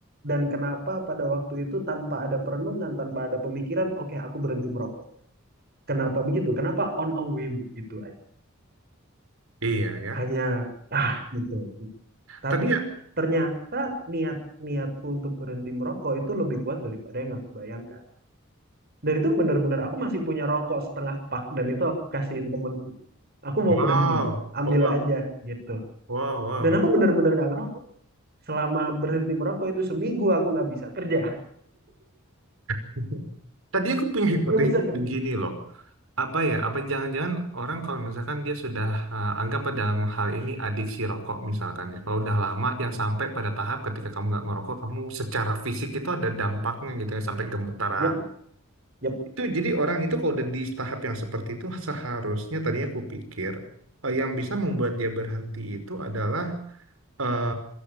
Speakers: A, on the right (about 50°); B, on the right (about 75°).
A: Dan kenapa pada waktu itu tanpa ada perenungan, tanpa ada pemikiran, oke aku berhenti merokok. Kenapa begitu? Kenapa on a whim gitu aja?
B: iya ya.
A: Hanya ah gitu, gitu. Tapi
B: Tadi ya,
A: ternyata niat niatku untuk berhenti merokok itu lebih kuat daripada yang aku bayangkan. Dan itu benar-benar aku masih punya rokok setengah pak dan itu aku kasihin temanku. Aku mau
B: wow,
A: berhenti, ambil
B: wow,
A: aja gitu.
B: wow, wow.
A: Dan aku benar-benar nggak ngerokok. Selama berhenti merokok itu seminggu aku nggak bisa kerja.
B: <laughs> Tadi aku punya hipotesis
A: nggak bisa kerja
B: begini loh. Apa ya? Apa jangan-jangan orang kalau misalkan dia sudah eh, anggap pada dalam hal ini adiksi rokok misalkan ya. Kalau udah lama yang sampai pada tahap ketika kamu nggak ngerokok, kamu secara fisik itu ada dampaknya gitu ya sampai gemetaran,
A: Yep, yep.
B: Itu jadi orang itu kalau udah di tahap yang seperti itu seharusnya tadinya aku pikir eh, yang bisa membuat dia berhenti itu adalah eh,